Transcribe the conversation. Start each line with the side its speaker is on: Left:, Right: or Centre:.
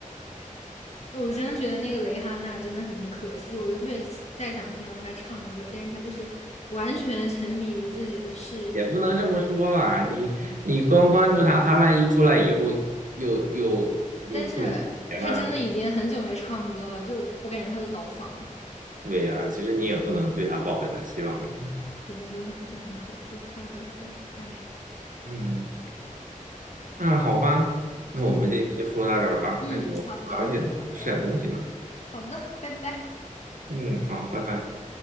Left: 那我就真的觉得那个蕾哈娜真的很可惜，我就特别再想听到她唱歌，但是她就是完全沉迷于自己的事业。
Right: 也不能这么说吧，你你光关注他，他万一出来以后又又又不如以前了，
Left: 但是他真的已经很久没唱歌了，就我感觉他都倒嗓了。
Right: 对呀、其实你也不能对他抱很大希望了。
Left: 对，这个非常可惜，太可惜了，哎，
Right: 嗯，那好吧，那我们今天就说到这儿吧。
Left: 嗯嗯，
Right: 哎，我好像也吃点东西了。
Left: 好的，好的，好的，拜拜。
Right: 嗯，好，拜拜。